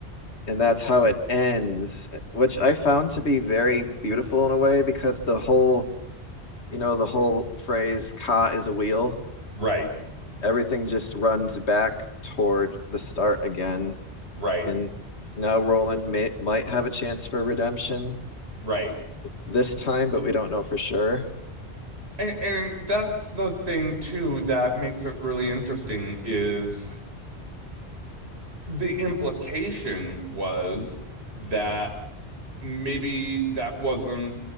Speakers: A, on the left (about 80°); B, on the right (about 70°).
A: And that's how it ends, which I found to be very beautiful in a way because the whole, you know, the whole phrase, Ka is a wheel,
B: right,
A: everything just runs back toward the start again.
B: right,
A: And now Roland may, might have a chance for redemption
B: right.
A: this time, but we don't know for sure.
B: And, and that's the thing too that makes it really interesting is the implication was that. maybe that wasn't